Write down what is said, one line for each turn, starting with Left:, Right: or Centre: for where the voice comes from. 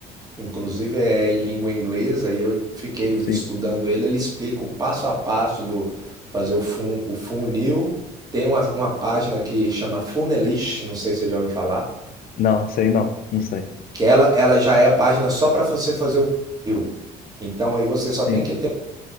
Right: Inclusive é em língua inglesa e eu fiquei estudando
Left: sim,
Right: ele. Ele explica o passo a passo do fazer o, fun, o funil. Tem uma, uma página que chama Funelish, não sei se você já ouviu falar,
Left: não, sei não, não sei,
Right: que ela, ela já é a página só para você fazer o funil. Então aí você só tem
Left: sim,
Right: que ter